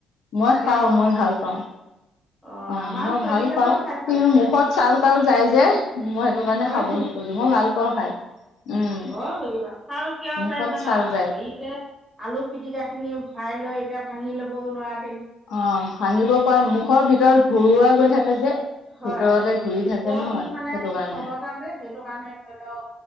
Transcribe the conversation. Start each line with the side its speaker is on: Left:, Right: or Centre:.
Left: মই
Centre: বেয়া
Left: খাও
Centre: পাওঁ
Left: মই ভাল পাওঁ
Centre: অঁ
Left: অ
Centre: আমাৰ
Left: মই
Centre: ছোৱালীহঁতেও
Left: ভাল পাওঁ
Centre: খাই ভাল
Left: কিন্তু
Centre: পায়
Left: মুখত চাল তাল যাই যে মই সেইটো কাৰণে
Centre: হয়
Left: খাব
Centre: নেকি
Left: নোখোজো মই ভাল পাওঁ খাই উম
Centre: অ বগী বা চাল কিয়
Left: মুখত
Centre: যায় জানা
Left: ছাল যায়
Centre: হেৰী যে আলু পিটিকা খিনি ভৰাই লৈ এতিয়া ভাঙি লবও নোৱাৰে
Left: অ ভাঙিব পৰা মুখৰ ভিতৰত ঘূৰোৱা গৈ থাকে এ যে <inaudible>
Centre: হয়
Left: ভিতৰতে ঘূৰি থাকে
Centre: ওপৰ
Left: নহয়
Centre: খিনি মানে
Left: সেইটো কাৰণে
Centre: খহটাযে সেইটো কাৰণে ধৰি লও